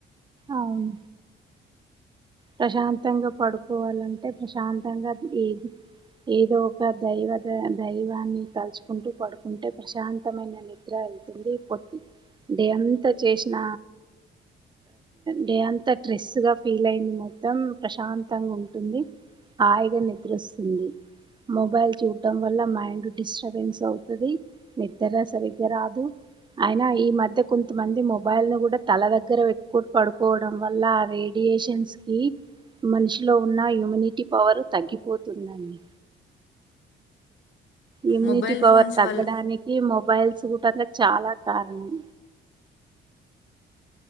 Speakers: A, on the right (about 25°); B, on the left (about 70°).
A: అవును. ప్రశాంతంగా పడుకోవాలంటే ప్రశాంతంగా ఏ ఏదో ఒక దైవ ద దైవాన్ని తలుచుకుంటూ పడుకుంటే ప్రశాంతమైన నిద్ర వెళ్తుంది డే అంత చేసిన డే అంత ట్రెస్గా ఫీల్ అయిన మ ప్రశాంతంగా ఉంటుంది. హాయిగా నిద్రిస్తుంది. మొబైల్ చూడ్డడం వల్ల మైండ్ డిస్టర్బెన్స్ అవుతది, నిద్ర సరిగ్గా రాదు అయినా ఈ మధ్య కొంతమంది మొబైల్ ను గుడా తల దగ్గర పెట్కొని పడుకోవడం వల్ల రేడియేషన్స్ కీ మనిషిలో ఉన్న ఇమ్యూనిటి పవర్ తగ్గిపోతుందని ఇమ్యూనిటీ
B: మొబైల్
A: పవర్
B: ఫోన్స్
A: తగ్గడానికి
B: వల్ల
A: మొ మొబైల్స్ గుటంగా చాలా కారణం